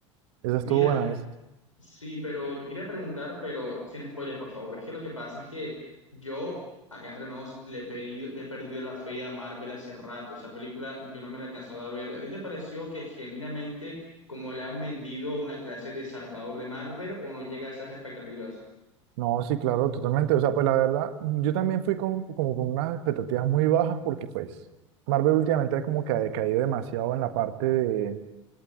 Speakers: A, on the right; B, on the left.
A: Esa
B: Mira,
A: estuvo buena. es-
B: sí, pero te quería preguntar, pero sin spoilers, por favor. Es que lo que pasa es que yo, acá entre nos, le he pedido, le he perdido la fe a Marvel hace rato. Esa película yo no me la he alcanzado a ver. ¿A ti te pareció que genuinamente como le han vendido una clase de salvador de Marvel o no llega a esas expectativas?
A: No, sí, claro, totalmente. O sea, pues la verdad, yo también fui con, como con unas expectativas muy bajas porque pues Marvel últimamente como que ha decaído demasiado en la parte de,